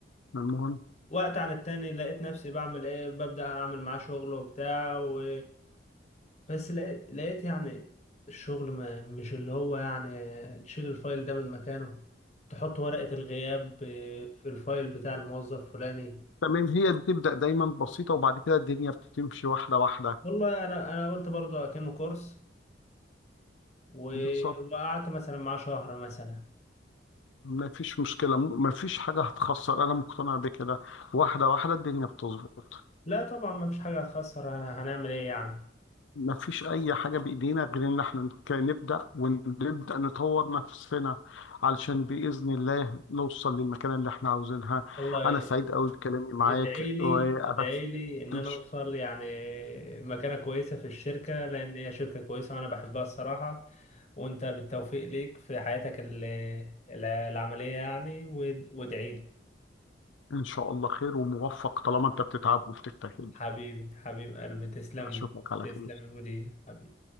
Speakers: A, on the left (about 80°); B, on the left (about 35°).
A: المهم
B: وقت عن التاني لقيت نفسي بعمل ايه ببدأ اعمل معاه شغل وبتاع و بس لقيت لقيت يعني الشغل ما مش اللي هو يعني تشيل الفايل ده من مكانه تحط ورقة الغياب في الفايل بتاع الموظف فلاني
A: تمام هي بتبدا دايما بسيطه وبعد كده الدنيا بتمشي واحده واحده
B: والله انا انا قلت برضه اكنه كورس و...
A: بالظبط
B: وقعدت مثلا معاه شهر مثلا
A: ما فيش مشكلة م- ما فيش حاجة هتخسر أنا مقتنع بكده واحدة واحدة الدنيا بتظبط
B: لا طبعا ما فيش حاجة هتخسر انا هنعمل ايه يعني
A: ما فيش أي حاجة بإيدينا غير إن إحنا نك- نبدأ ونبدأ نطور نفسنا علشان بإذن الله نوصل للمكان اللي إحنا عاوزينها
B: والله
A: أنا سعيد أوي بكلامي معاك
B: ادعي لي
A: وأبس
B: ادعي لي ان
A: إن
B: انا
A: ش-
B: اوصل يعني مكانة كويسة في الشركة لان هي شركة كويسة وانا بحبها الصراحة وانت بالتوفيق ليك في حياتك ال- ال- العملية يعني وادعي لي
A: إن شاء الله خير وموفق طالما أنت بتتعب وبتجتهد
B: حبيبي حبيب قلبي تسلم
A: أشوفك
B: لي
A: على
B: تسلم
A: خير
B: يا مدير حبيبي